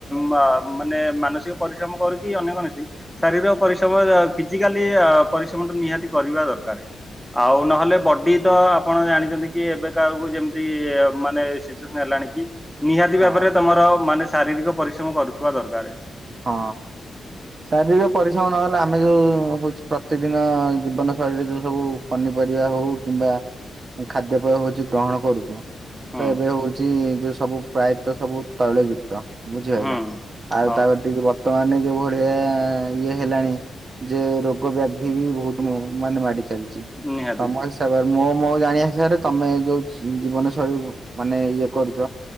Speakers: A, in the centre; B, on the right.
A: ମା ମାନେ ମାନସିକ ପରିଶ୍ରମ କରୁ କି ଅନ୍ୟ କୌଣସି ଶାରୀର ପରିଶ୍ରମ ଫିଜିକାଲି ପରିଶ୍ରମ ଟା ନିହାତି କରିବା ଦରକାର୍। ଆଉ ନହେଲେ ବଡି ତ ଆପଣ ଜାଣିଛନ୍ତି କି ଏବେ କାହାକୁ ଯେମିତି ମାନେ ସିଚୁସନ୍ ହେଲାଣି କି ନିହାତି
B: ହଁ
A: ଭାବରେ ତମର ମାନେ ଶାରୀରିକ ପରିଶ୍ରମ କରୁଥିବା ଦରକାର୍।
B: ହଁ ଶାରୀରିକ ପରିଶ୍ରମ ନହେଲେ ଆମେ ଯୋଉ ହଉଚି ପ୍ରତି ଦିନ ଜୀବନ ଶୈଳୀରେ ଯୋଉ ସବୁ ପନିପରିବା ହଉ କିମ୍ବା ଖାଦ୍ୟପେୟ ହଉଚି ଗ୍ରହଣ କରୁଚୁ। ତ
A: ହୁଁ
B: ଏବେ ହଉଚି ଯୋଉ ସବୁ ପ୍ରାୟତଃ ସବୁ ତୈଳି ଯୁକ୍ତ ବୁଝିପାଇଲ?
A: ହୁଁ ହଁ
B: ତା ଗତିିକି ବର୍ତ୍ତମାନେ ଯୋଉ ଭଳିଆ ଇଏ ହେଲାଣି ଯେ ରୋଗ ବ୍ୟାଧି ବି ବହୁତ ମୁ ମାନେ ମାଡି ଚାଲିଚି
A: ନିହାତି
B: ସମ ଏସ୍ ତା ପରେ ମୋ ମୋ ଜାଣିଆ ହିସାବରେ ତମେ ଯୋଉ ଜୀବନଶୈଳୀ ମାନେ ଇଏ କରୁଚ।